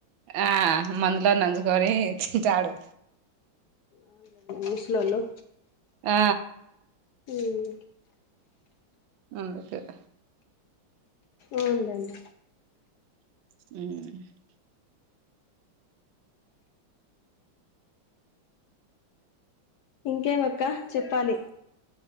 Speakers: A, on the right; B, on the left.
A: ఆ మందులో నంచుకొని తింటాడు
B: అవునడి ఇంగ్లీష్ లలో
A: ఆ
B: మ్
A: అమెరికాక
B: ఉందండి
A: మ్
B: ఇంకేమక్క చెప్పాలి